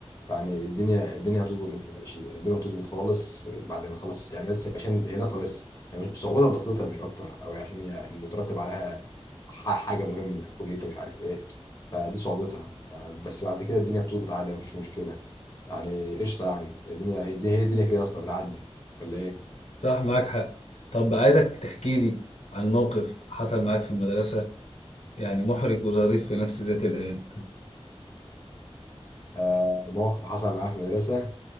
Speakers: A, on the left; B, on the left.
A: يعني الدنيا الدنيا هتظبط ما تقلقش الدنيا هتظبط خالص بعد ما تخلص يعني بس عشان هي ضغطه بس يعني مش صعوبتها في ضغطتها مش اكتر او عشان هي مترتب عليها ح- حاجه مهمه كليه مش عارف ايه فدي صعوبتها آه، بس بعد كده الدنيا بتظبط عادي مفيش مشكلة يعني قشطة يعني هي الدنيا هي الدنيا هي الدنيا كده يا اسطى بتعدي ولا ايه؟
B: صح معاك حق طب عايزك تحكي لي عن موقف حصل معاك في المدرسة يعني محرج وظريف في نفس ذات الآن
A: آه، موقف حصل معايا في المدرسة